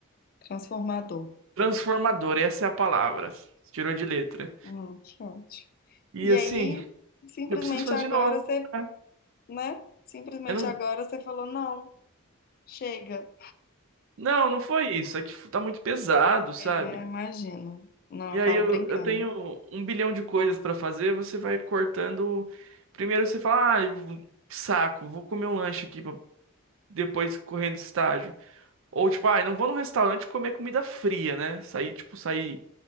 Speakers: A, on the left; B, on the right.
A: transformador.
B: transformador, essa é a palavra. Tirou de letra.
A: Hum, que ótimo.
B: E
A: E
B: assim,
A: aí, simplesmente
B: eu preciso fazer
A: agora
B: de novo.
A: você,
B: né?
A: né? Simplesmente
B: Eu não,
A: agora você falou, não, chega,
B: não, não foi isso. É que tá muito pesado, sabe?
A: né? Imagino. Não,
B: E
A: eu
B: aí
A: falo
B: eu,
A: brincando.
B: eu tenho um bilhão de coisas pra fazer, você vai cortando. Primeiro você fala, ah, eu- que saco, vou comer um lanche aqui. depois correndo estágio. Ou tipo, ah, eu não vou num restaurante comer comida fria, né? Sair, tipo, sair